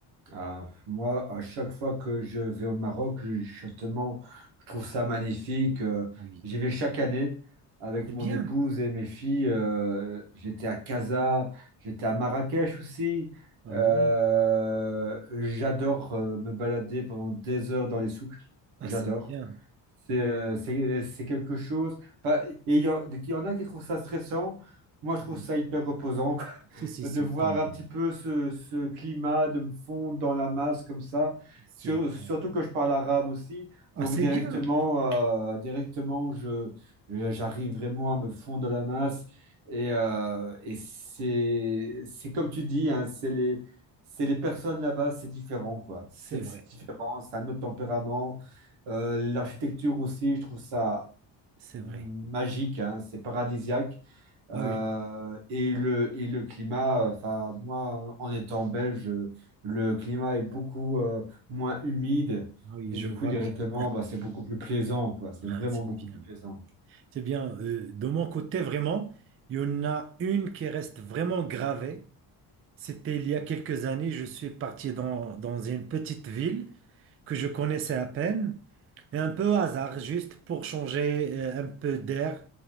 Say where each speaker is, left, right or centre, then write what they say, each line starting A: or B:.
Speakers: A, on the right; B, on the right.
A: Ah, moi, à chaque fois que je vais au Maroc, justement, je trouve ça magnifique. Euh,
B: Ah Oui,
A: j'y vais chaque année avec
B: c'est
A: mon
B: bien.
A: épouse et mes filles. Euh, j'étais à Casa, j'étais à Marrakech aussi.
B: Ah
A: Euh,
B: oui,
A: j'adore euh, me balader pendant des heures dans les souks.
B: ah,
A: J'adore.
B: c'est bien.
A: C'est euh, c'est- euh, c'est quelque chose. enfin, et il y, a- il y en a qui trouvent ça stressant. Moi, je
B: Oui.
A: trouve ça hyper reposant, quoi, <laughs>
B: Si, si,
A: de
B: si,
A: voir
B: comme
A: un petit peu ce, ce climat, de me fondre dans la masse comme ça.
B: c'est
A: Sur-
B: vrai.
A: surtout que je parle arabe aussi.
B: Ah,
A: Donc,
B: c'est
A: directement,
B: bien.
A: euh, directement je, j'arrive vraiment à me fondre dans la masse. Et, euh, et c'est, c'est comme tu dis, hein, c'est les, c'est les personnes là-bas, c'est différent, quoi. C'est
B: C'est vrai,
A: c'est différent, c'est un autre tempérament. Euh, l'architecture aussi, je trouve ça
B: c'est
A: magique,
B: vrai.
A: hein, c'est paradisiaque. Euh,
B: Ah oui,
A: et le, et le climat, enfin, moi, en étant belge, le climat est beaucoup euh, moins humide.
B: ah oui,
A: Et
B: je
A: du
B: vois
A: coup, directement,
B: bien.
A: bah, c'est beaucoup plus plaisant, quoi. C'est
B: Ah,
A: vraiment
B: c'est
A: beaucoup
B: bien.
A: plus plaisant.
B: C'est bien. Euh, de mon côté, vraiment, il y en a une qui reste vraiment gravée. C'était il y a quelques années, je suis parti dans, dans une petite ville que je connaissais à peine. Et un peu au hasard, juste pour changer euh, un peu d'air.